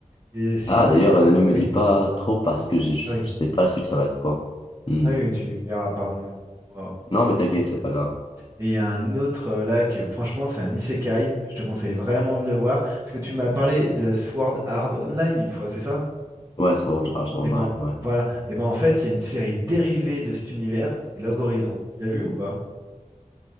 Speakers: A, on the right; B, on the left.
A: Et sinon,
B: Ah, d'ailleurs, euh, ne me
A: oui,
B: dis pas trop parce que je, je
A: ah oui,
B: sais pas la suite, ça va être quoi. Hmm.
A: ah oui, tu verras, pardon, excuse-moi.
B: Non, mais t'inquiète, c'est pas grave.
A: Et il y a un autre euh, là que, franchement, c'est un isekai. Je te conseille vraiment de le voir parce que tu m'as parlé de Sword Art Online une fois, c'est ça?
B: Ouais, Sword Art Online,
A: Eh ben,
B: ouais.
A: voilà. Eh ben, en fait, il y a une série dérivée de cet univers, c'est Log Horizon. Tu l'as vu ou pas?